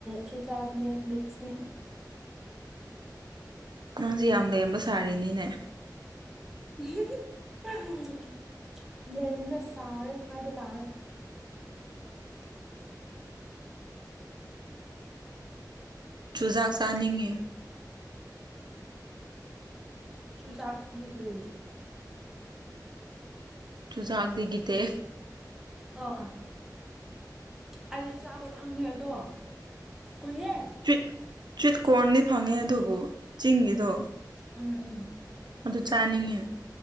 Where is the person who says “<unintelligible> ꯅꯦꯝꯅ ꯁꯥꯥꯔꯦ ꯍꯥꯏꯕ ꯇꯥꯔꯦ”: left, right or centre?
Centre